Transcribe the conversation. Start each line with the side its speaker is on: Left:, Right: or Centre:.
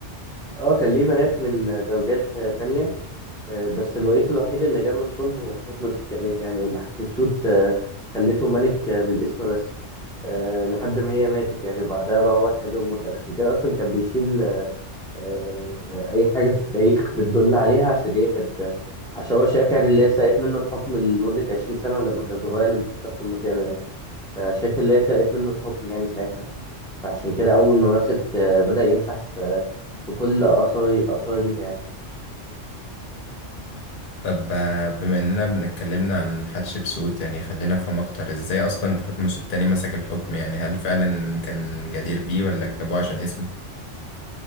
Centre: اه كان ليه بنات من زوجات آه، تانية آه، بس الرئيس الوحيد اللي جه من صلب هو تحتمس التالت يعني واللي حتشبسوت آه، خلته ملك آه، بالاسم بس آه، لحد ما هي ماتت يعني وبعدها بقى هو الحاجة المطلق عشان كده أصلا كان بيشيل آه، آه، أي حاجة في التاريخ بتدل عليها عشان هي كانت عشان هو شايف يعني اللي هي سرقت منه الحكم لمدة 20 سنة لما كان صغير لما كنت بتحكم مكانه يعني فشايف اللي هي سرقت منه الحكم يعني ساعتها فعشان كده أول ما مسك آه، بدأ يمسح في آه، في كل آثار آثار ليها يعني
Left: طب آه، بما اننا بنتكلمنا عن حتشبسوت يعني خلينا نفهم اكتر ازاي اصلا تحتمس التاني مسك الحكم يعني هل فعلا كان جدير بيه ولا جابوه عشان اسمه